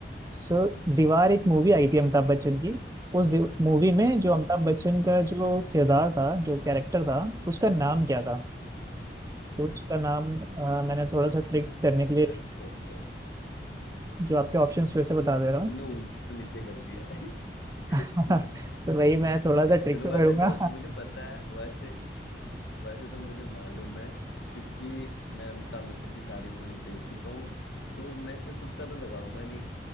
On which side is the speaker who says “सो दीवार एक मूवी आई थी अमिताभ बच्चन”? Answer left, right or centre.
Right